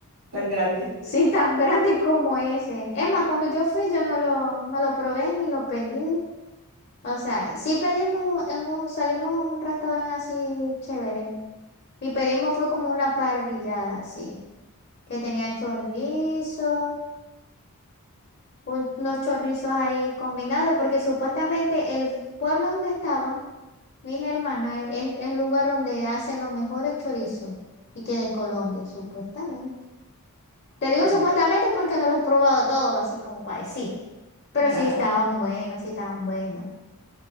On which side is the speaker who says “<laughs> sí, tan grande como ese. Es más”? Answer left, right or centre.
Left